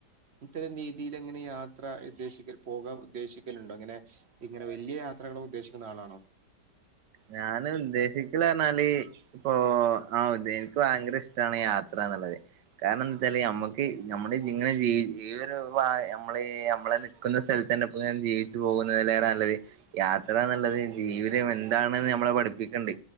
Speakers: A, on the right; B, on the right.
A: ഇത്തരം രീ തീലെങ്ങനെ യാത്ര ഉദ്ദേശിക്ക പോകാൻ ഉദ്ദേശിക്കലുണ്ടോ അങ്ങനെ ഇങ്ങനെ വല്യ യാത്രകൾ ഉദ്ദേശിക്കുന്ന ആളാണോ
B: ഞാന് ഉദ്ദേശിക് ക്ക്ണർഞ്ഞാല് ഇപ്പോ ആഹ് ഉദേ ഇൻക്ക് ഭയങ്കര ഇഷ്ട്ടാണ് യാത്രാന്ന്ള്ളത് കാരണന്തച്ചാല് നമ്മുക്ക് നമ്മുടെ ഇങ്ങനെ ജീ ഈ ഒരു വാ നമ്മള് നമ്മളെ നി ക്കുന്ന സ്ഥൽതന്നെപ്പൊങ്ങനെ ജീവിച്ചു പോകുന്നതിലേറെ നല്ലത് യാത്രാന്ന്ല്ലത് ജീവിതം എ എന്താണ്ന്ന് ഞമ്മളെ പഠിപ്പിക്ക്ണ്ട്